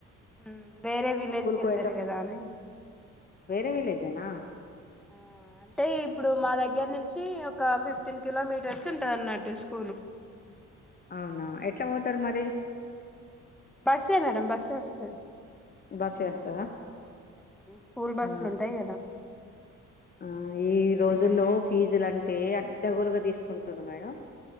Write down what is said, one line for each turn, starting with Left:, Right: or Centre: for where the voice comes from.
Centre: హ్ వేరే విలేజ్కి ఏళ్తారు
Left: పోయేటప్
Centre: గాదా అని
Left: వేరే విలేజేనా
Centre: ఆ అంటే ఇప్పుడు మా దగ్గర నుం చి ఒక ఫిఫ్టీన్ కిలోమీటర్స్ ఉంటది. అన్నట్టు స్కూల్
Left: అవునా ఎట్లా పోతారు మరి
Centre: బస్సే మేడం బస్సే వస్తది.
Left: బస్ చేస్తదా
Centre: స్కూల్ బస్లు
Left: ఆ
Centre: ఉంటాయి. గాదా
Left: ఆ ఈ రోజుల్లో ఫీజులంటే అడ్డగోలుగా తీసుకుంటురు మేడం